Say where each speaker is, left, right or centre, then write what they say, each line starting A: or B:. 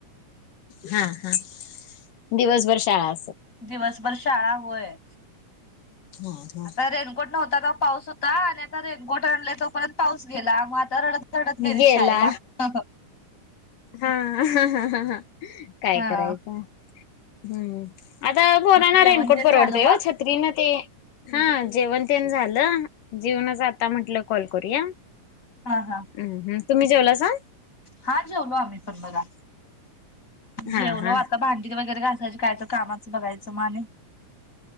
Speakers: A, on the left; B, on the left.
A: हा हा दिवसभर शाळा
B: दिवसभर शाळा होय
A: हा हा,
B: आता रेनकोट नव्ह तर पाऊस होता आणि आता रेनकोट आणलय तोपर्यंत पाऊस गेला मग आता रडत गेलीत
A: गेला
B: शाळेला हंह..
A: हा अहं हंह.. हहह काय
B: हा.
A: करायचं हम्म आता पोरांना
B: जेवण
A: रेनकोट
B: तेन
A: परवडतंय
B: झालं मग?
A: होय छत्रीनं ते हं.. जेवण तेन झालं जेवूनच आता म्हटलं कॉल करूया
B: हा हा
A: हम्म हम्म तुम्ही जेवलासा
B: हा जेवलो आम्ही पण बघा
A: हा
B: जेवलो
A: हा
B: आता भांडी वगैरे घासायची कायतर कामाचं बघायचं म आणि